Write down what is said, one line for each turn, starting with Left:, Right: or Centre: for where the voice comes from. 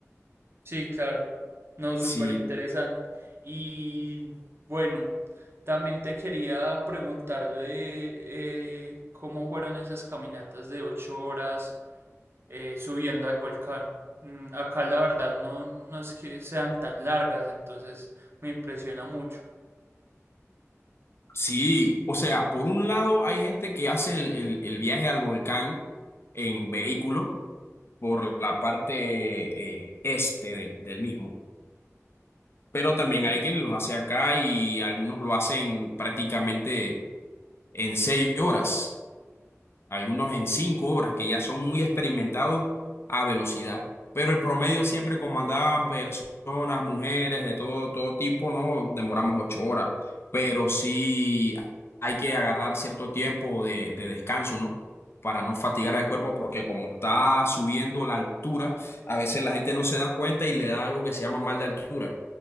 Right: Sí, claro. No, súper
Left: Sí.
Right: interesante. Y bueno, también te quería preguntarle eh, cómo fueron esas caminatas de ocho horas eh, subiendo al volcán. Mm, Acá la verdad no, no es que sean tan largas, entonces me impresiona mucho.
Left: Sí, o sea, por un lado hay gente que hace el el- el viaje al volcán en vehículo por la parte eh, este del, del mismo. Pero también
Right: ¿Sí?
Left: hay quienes los hace acá y algunos lo hacen prácticamente en seis horas algunos en cinco horas, que ya son muy experimentados a velocidad. Pero el promedio siempre, como andaban personas, mujeres, de todo, todo tipo, no demoramos ocho horas. Pero sí hay que agarrar cierto tiempo de, de descanso, ¿no? Para no fatigar al cuerpo, porque como está subiendo la altura, a veces la gente no se da cuenta y le da algo que se llama mal de altura,